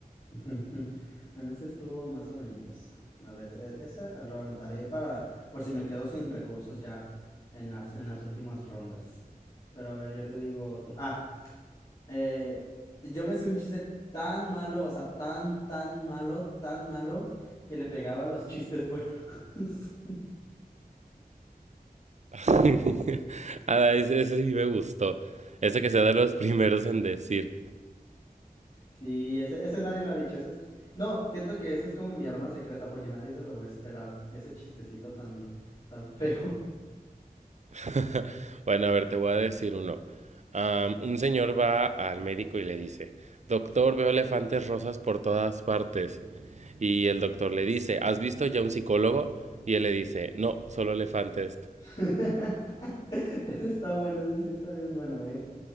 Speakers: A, on the left; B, on the right.
A: <laughs> Bueno, ese estuvo más o menos. A ver, e- ese lo anotaré para, por si me quedo sin recursos ya en las, en las últimas rondas. Pero a ver, yo te digo otro. Ah, Eh, yo me sé un chiste tan malo, o sea, tan, tan malo, tan malo, que le pegaba a los chistes buenos. <laughs>
B: <laughs> Ah, ese, ese sí me gustó. Ese que sea de los <laughs> primeros en decir.
A: Sí, ese, ese nadie lo ha dicho. Ese es... No, siento que ese es como mi arma secreta porque nadie se lo va a esperar. Ese chistecito tan, tan feo.
B: <laughs> Bueno, a ver, te voy a decir uno. Am, un señor va al médico y le dice, Doctor, veo elefantes rosas por todas partes. Y el doctor le dice, ¿has visto ya un psicólogo? Y él le dice, no, solo elefantes.
A: <laughs> Ese está bueno, ese sí está bien bueno, ¿eh?